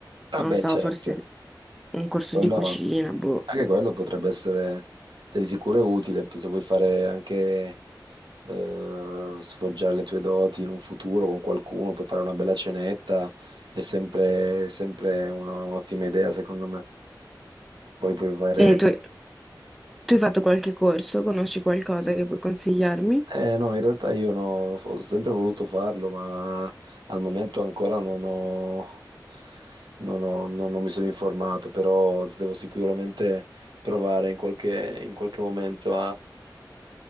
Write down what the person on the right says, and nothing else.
Ah
beh,
certo.
Quello,
anche quello potrebbe essere, cioè, di sicuro è utile, se vuoi fare anche eh, sfoggiare le tue doti in un futuro con qualcuno, preparare una bella cenetta è sempre, sempre una- un'ottima idea, secondo me. Poi puoi fare...
Eh no, in realtà io no, ho sempre voluto farlo, ma al momento ancora non ho, non ho- non- non mi sono informato, però devo sicuramente provare in qualche, in qualche momento